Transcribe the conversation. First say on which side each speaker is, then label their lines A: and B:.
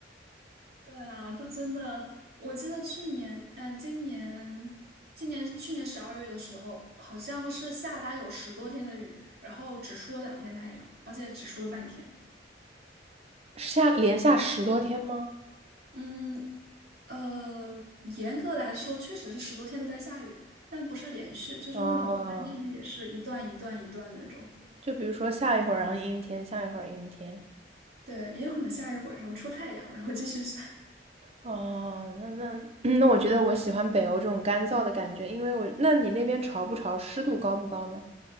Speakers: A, on the right (about 60°); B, on the right (about 35°).
A: <laughs> 对啊，就真的，我记得去年呃，今年今年去年十二月的时候，好像是下大概有十多天的雨，然后只出了两天太阳，而且只出了半天。
B: 下连下十多天吗？
A: 嗯，呃，严格来说，确实是十多天都在下雨，但不是连续，就是那种横境雨，
B: 哦，
A: 也是一段一段一段那种。
B: 就比如说下一会儿，然后阴天，下一会儿阴天。
A: 对，也有可能下一会然后出太阳，然后继续下。<laughs>
B: 哦，那那 <clears throat> 那，我觉得我喜欢北欧这种干燥的感觉，因为我，那你那边潮不潮，湿度高不高呢？